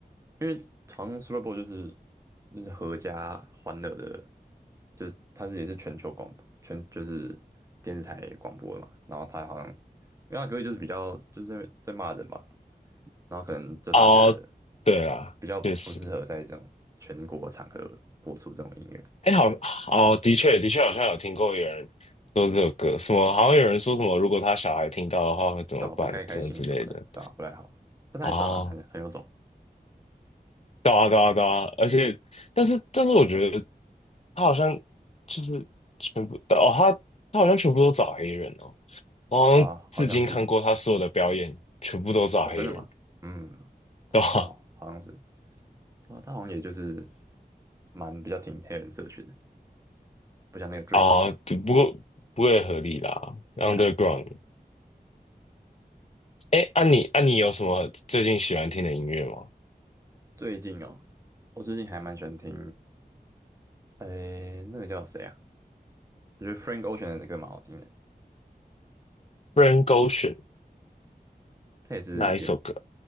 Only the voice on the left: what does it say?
哦，对啦，
确实。哎，好哦，的确，的确，好像有听过有人说这首歌，什么好像有人说什么，如果他小孩听到的话会怎么办，
什么之类的。
哦，
对啊，对啊，对啊，而且，但是，但是，我觉得他好像就是全部，哦，他他好像全部都找黑人哦，我好像至今看过他所有的表演，
全部都找黑人，
对吧？
啊，只不过不会合理啦，Underground。
哎，啊你啊你有什么最近喜欢听的音乐吗
？Frank Ocean。
哪一首歌？